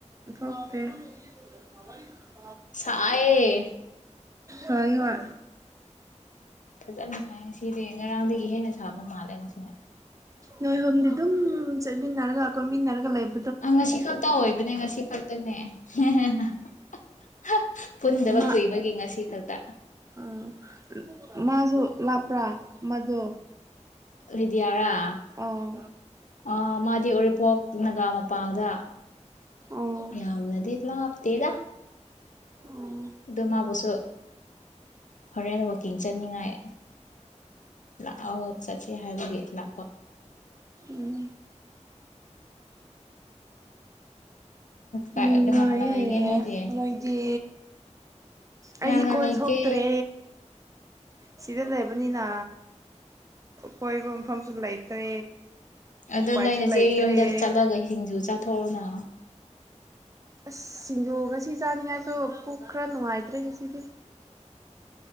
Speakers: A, on the right (about 25°); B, on the left (about 90°).
A: ꯑꯣ ꯑꯦ
B: ꯁꯥꯢꯑꯦ <inaudible>
A: ꯍꯣꯏ ꯍꯣꯏ
B: ꯐꯖꯅ ꯉꯁꯤꯗꯤ ꯉꯔꯥꯡꯗꯒꯤ ꯍꯦꯟꯅ ꯁꯥꯕ ꯃꯥꯜꯂꯦ <unintelligible>
A: ꯅꯣꯏ ꯍꯣꯝꯗꯤ ꯑꯗꯨꯝ ꯆꯠꯃꯤꯟꯅꯔꯒ ꯀꯣꯏꯃꯤꯟꯅꯔꯒ ꯂꯩꯕ
B: ꯑ ꯉꯁꯤ ꯈꯛꯇ ꯑꯣꯏꯕꯅꯦ ꯉꯁꯤ ꯈꯛꯇꯅꯦ <unintelligible> ꯄꯨꯟꯗꯕ
A: ꯃꯥ
B: ꯀꯨꯏꯕꯒꯤ ꯉꯁꯤ ꯈꯛꯇ
A: ꯑꯥ ꯃꯥꯁꯨ ꯂꯥꯞꯄ꯭ꯔꯥ ꯃꯗꯣ
B: ꯂꯩꯗꯌꯔꯥ
A: ꯑꯥ
B: ꯑꯣ ꯃꯥꯗꯤ <unintelligible> ꯄꯛꯅꯒ ꯃꯄꯥꯟꯗ
A: ꯑꯣ
B: ꯌꯥꯝꯅꯗꯤ ꯂꯥꯞꯇꯦꯗ
A: ꯎꯝ
B: ꯑꯗꯨ ꯃꯥꯕꯨꯁꯨ ꯍꯣꯔꯦꯟ ꯋꯥꯀꯤꯡ ꯆꯅꯤꯡꯉꯥꯏ ꯂꯥꯛꯑꯣ ꯆꯠꯁꯤ ꯍꯥꯏꯕꯒꯤ ꯂꯥꯛꯄ
A: ꯎꯝ
B: ꯀꯅꯥ
A: ꯅꯨꯡꯉꯥꯏꯌꯦ
B: ꯀꯅꯥ ꯂꯩꯒꯦ ꯅꯣꯏꯗꯤ
A: ꯅꯣꯏꯗꯤ
B: ꯀꯅꯥ
A: ꯑꯩꯗꯤ
B: ꯀꯅꯥ
A: ꯀꯣꯏ
B: ꯂꯩꯒꯦ
A: ꯊꯣꯛꯇ꯭ꯔꯦ ꯁꯤꯗ ꯂꯩꯕꯅꯤꯅ ꯀꯣꯏꯕ ꯃꯐꯝꯁꯨ ꯂꯩꯇ꯭ꯔꯦ
B: ꯑꯗꯣ
A: ꯎꯄꯥꯏꯁꯨ
B: ꯅꯣꯏꯅꯁꯦ
A: ꯂꯩꯇ꯭ꯔꯦ
B: ꯌꯨꯝꯗ ꯆꯠꯂꯒ ꯁꯤꯡꯖꯨ ꯆꯥꯊꯣꯛꯅ
A: ꯑꯁ ꯁꯤꯡꯖꯣ ꯉꯁꯤ ꯆꯥꯅꯤꯡꯉꯥꯏꯁꯨ ꯄꯨꯛ ꯈꯔ ꯅꯨꯡꯉꯥꯏꯇ꯭ꯔꯦ ꯉꯁꯤꯗꯤ